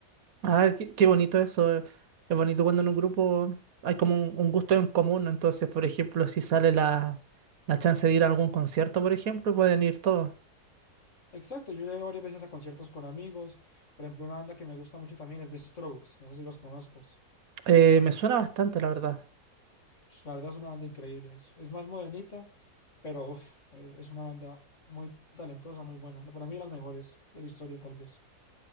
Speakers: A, on the right; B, on the left.
A: Ah, qué, qué bonito eso. eh. Es bonito cuando en un grupo hay como un, un gusto en común. Entonces, por ejemplo, si sale la, la chance de ir a algún concierto, por ejemplo, pueden ir todos.
B: Exacto, yo he ido varias veces a conciertos con amigos. Por ejemplo, una banda que me gusta mucho también es The Strokes, no sé si los conozcas.
A: Eh, me suena bastante, la verdad.
B: Pues, La verdad es una banda increíble. Es, es más modernita, pero uf, eh, es una banda muy talentosa, muy buena. Para mí, de las mejores de la historia, tal vez.